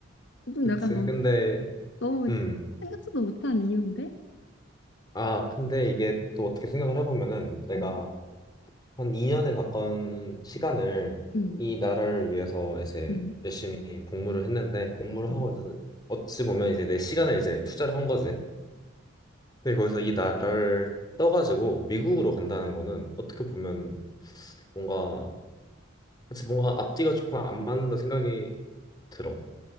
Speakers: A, on the left (about 60°); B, on the left (about 20°).
A: 좀
B: 그치.
A: 약간 너,
B: 근데,
A: 너무
B: 음.
A: 생각지도 못한 이유인데?
B: 아, 근데 이게 또 어떻게 생각을 해보면은 내가
A: 어,
B: 한 2년에 가까운 시간을
A: 응,
B: 이 나라를 위해서 이제
A: 응,
B: 열심히 복무를 했는데 복무를 하고
A: 응,
B: 이제 어찌 보면 이제 내 시간을 이제 투자를 한 거지. 근데 거기서 이 나라를 떠가지고 미국으로
A: 응.
B: 간다는 거는 어떻게 보면 뭔가 그치 뭔가 앞뒤가 조금 안 맞는다 생각이 들어.